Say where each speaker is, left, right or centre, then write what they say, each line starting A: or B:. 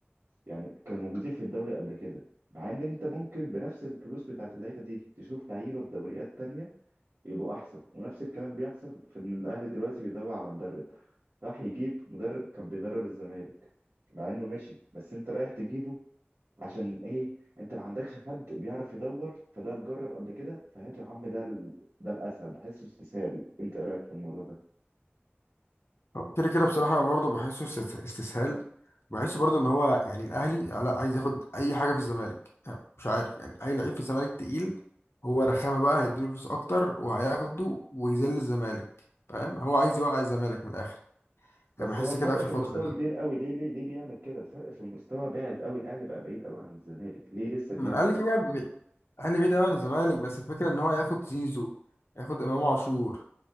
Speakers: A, on the right; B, on the left.
A: يعني كانوا موجودين في الدوري قبل كده مع ان انت ممكن بنفس الفلوس بتاعت اللعيبه دي تشوف لعيبه في دوريات تانية يبقوا احسن ونفس الكلام بيحصل في ان الاهلي دلوقتي بيدور على مدرب راح يجيب مدرب كان بيدرب الزمالك مع انه مشي بس انت رايح تجيبه عشان ايه انت ما عندكش حد بيعرف يدور فده اتجرب قبل كده فهاته يا عم ده ال... ده الاسهل بحسه استسهال انت ايه رايك في الموضوع ده
B: كده كده بصراحة أنا برضه بحسه استس- استسهال بحسه برضه إن هو يعني الأهلي لا عايز ياخد أي حاجة في الزمالك يعني مش عارف يعني أي لعيب في الزمالك تقيل هو رخامة بقى هيديله فلوس أكتر وهياخده ويذل الزمالك فاهم هو عايز يوقع الزمالك من الآخر
A: بس
B: أنا بحس
A: هو الفرق
B: كده آخر
A: في
B: فترة
A: المستوى
B: دي
A: كبير قوي ليه ليه ليه بيعمل كده الفرق في المستوى بعد قوي الاهلي بقى بعيد قوي عن الزمالك ليه لسه بيعمل
B: من الأهلي
A: كده
B: كده كده بي- الأهلي بعيد أوي عن الزمالك بس الفكرة إن هو ياخد زيزو ياخد إمام عاشور